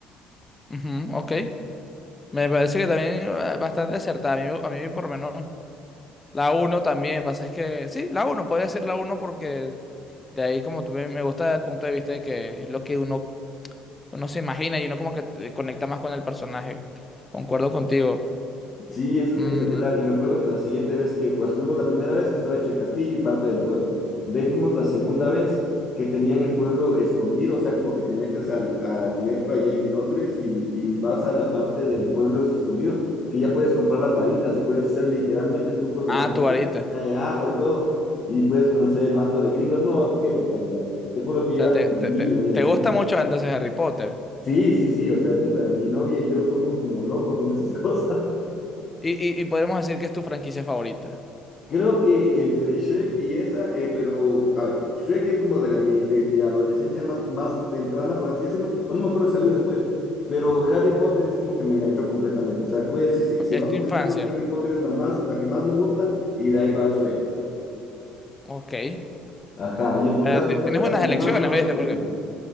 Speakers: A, on the left (about 20°); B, on the left (about 45°).
A: ujú, ok. Me parece que también eh, bastante acertada. A mí, a mí por lo menos la uno también. pasa es que sí, la uno podría ser la uno porque de ahí como tú me me gusta el punto de vista de que es lo que uno, uno se imagina y uno como que te- conecta más con el personaje. Concuerdo contigo.
B: Sí, es espectacular.
A: Mm,
B: Y me acuerdo que la siguiente vez que pues, fuimos la primera vez que estaba hecho el castillo y parte del pueblo. De ahí fuimos la segunda vez que tenían el pueblo escondido, o sea, como que te metes al, al metro allá en Londres y, y vas a la parte del pueblo es escondido, que ya puedes comprar las
A: Ujú.
B: varitas y puedes hacer literalmente trucos de
A: ah,
B: magia,
A: tu varita.
B: de agua y todo, y puedes conocer el banco de gringos. No, qué brutalidad. Te juro que yo
A: O sea,
B: era
A: te,
B: como
A: te,
B: un niño
A: te-
B: ahí así.
A: te gusta mucho entonces Harry Potter.
B: Sí, sí, sí, o sea, puta, mi novia y yo somos como locos con esas <laughs> cosas.
A: Y, y, y podemos decir que es tu franquicia favorita.
B: Creo que entre Shrek y esa, eh, pero a ver, Shrek es como de, la, mi, de mi adolescencia más, más temprana, por así decirlo, o no me acuerdo si salió
A: Ujú.
B: después, pero Harry Potter es como que me enganchó completamente. O sea, puede decirse que si
A: Es
B: vamos
A: tu infancia.
B: en orden, Harry Potter es la más, la que más me gusta y de ahí va Shrek.
A: Ok. Eh,
B: Ajá, y en tu
A: te-
B: caso, ¿cuál
A: tienes
B: es
A: buenas
B: la que
A: elecciones,
B: más, más
A: ¿viste?
B: te gusta?